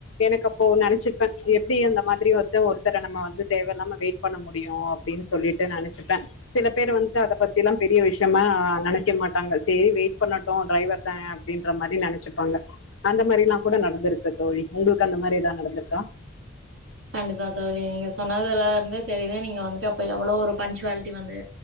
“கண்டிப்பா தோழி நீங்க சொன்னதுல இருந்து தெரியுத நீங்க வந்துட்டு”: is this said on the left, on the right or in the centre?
Right